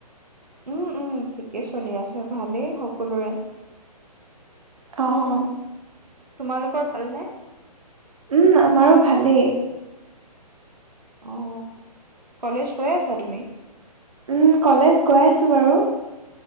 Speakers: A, on the right; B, on the right.
A: উম উম ঠিকে চলি আছে ভালে সকলোৰে।
B: অ', অ'।
A: তোমালোকৰ ভাল নে?
B: উম আমাৰো ভালে।
A: অ', কলেজ গৈ আছা তুমি?
B: উম কলেজ গৈ আছো বাৰু,